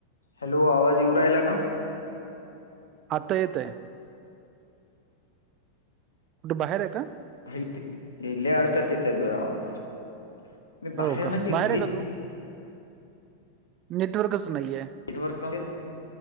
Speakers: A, on the left; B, on the right.
A: हॅलो, आवाज येऊ राहिला का?
B: आता येतय. कुठं बाहेर आहे का?
A: <unintelligible> लई अडकत येतय तुझा आवाज. मी बाहेर
B: हो का?
A: म्हणजे घरी
B: बाहेर आहे का तू? नेटवर्कच नाहीये.
A: नेटवर्क मध्येच.